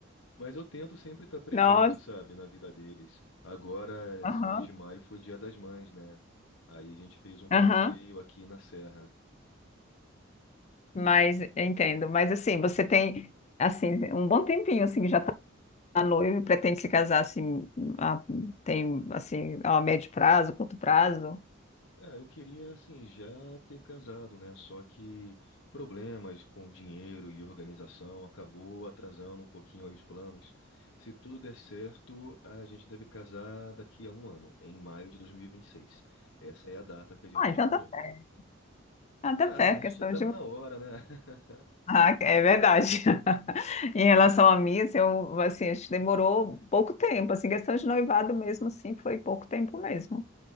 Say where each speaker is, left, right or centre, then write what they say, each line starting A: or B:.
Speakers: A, on the left; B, on the left.
A: Mas eu tento sempre estar presente,
B: Nossa.
A: sabe, na vida deles. Agora,
B: Aham.
A: esse mês de maio foi Dia das Mães, né? Aí a gente fez um passeio
B: Aham.
A: aqui na serra.
B: Mas eu entendo. Mas assim, você tem assim um bom tempinho assim que já a noiva e pretende se casar assim, a, tem assim, a médio prazo, curto prazo?
A: É, eu queria, assim, já ter casado, né? Só que problemas com dinheiro e organização acabou atrasando um pouquinho aí os planos. Se tudo der certo, a gente deve casar daqui a um ano, em maio de 2026. Essa é a data que a gente
B: Ah,
A: estipulou.
B: então tá certo. Ah, tá
A: Ah,
B: certo,
A: né? A
B: questão
A: gente já tava
B: de.
A: na hora, né? <laughs>
B: Ah, é verdade. <laughs> Em relação a mim, assim, eu, assim, acho que demorou pouco tempo, assim, questão de noivado mesmo, assim, foi pouco tempo mesmo.